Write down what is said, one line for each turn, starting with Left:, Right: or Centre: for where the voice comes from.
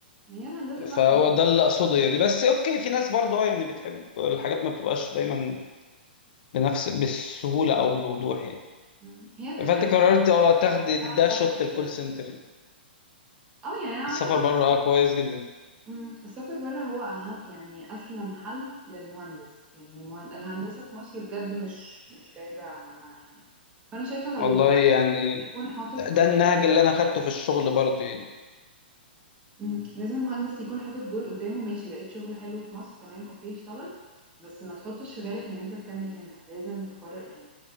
Right: ما هي الهندسة
Left: فهو
Right: بقى مش جايبة
Left: ده اللي اقصده
Right: قوي
Left: يعني بس اوكي في ناس برضو اه يعني بتحب الحاجات ما بتبقاش دايما بنفس بالسهولة او بالوضوح يعني
Right: مم. هي فكرة
Left: فانت
Right: ان
Left: قررت
Right: الهندسة
Left: اه
Right: عايز
Left: تاخدي تديها
Right: لها سفر
Left: شوت الكول
Right: بره
Left: سنتر
Right: اه يعني انا
Left: السفر
Right: قعدت حبة
Left: بره اه كويس جدا
Right: مم. السفر بره هو اهم يعني اسلم حل للمهندس يعني المهن... الهندسة في مصر بجد مش مش جايبة همها يعني فانا شايفة لو
Left: والله
Right: مهندس
Left: يعني
Right: يكون حاطط
Left: ده ده النهج اللي انا خدته في الشغل برضه يعني
Right: مم. لازم المهندس يكون حاطط جول قدامه ماشي لقيت شغل حلو في مصر تمام اوكي اشتغل بس ما تحطش في بالك ان انت تكمل هنا لازم تقرر يعني